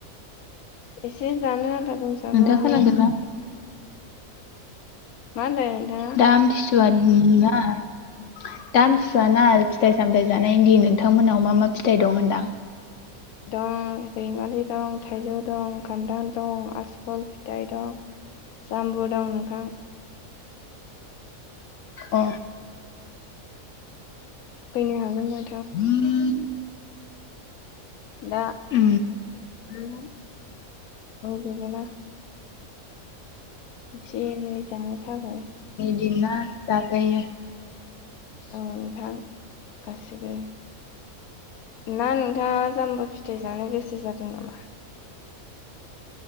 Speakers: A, on the left; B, on the left.
A: एसे जानो आन्था दंसाबोआनो
B: नोंथाङा खोनादोंना?
A: मा होनदों? नोंथाङा?
B: दा आमथि सुवानि ना दा आमथिसुवाना फिथाइ सामथाय जानायनि दिन नोंथांमोनाव मा मा फिथाइ दं होनदां।
A: दं रैमालि दं, थाइजौ द, खान्दाल दं, आसपल फिथाइ दं, जामबु दं नोंथां।
B: अ
A: फैनो हागोन नों
B: <inaudible>
A: दा
B: उम
A: <inaudible> औ बेबोना <unintelligible> जानो थाखाय
B: दिनना जाजायो।
A: औ नोंथां गासिबो ना नोंथाङा जाम्बु फिथाइ जानो गोसो जादों नामा?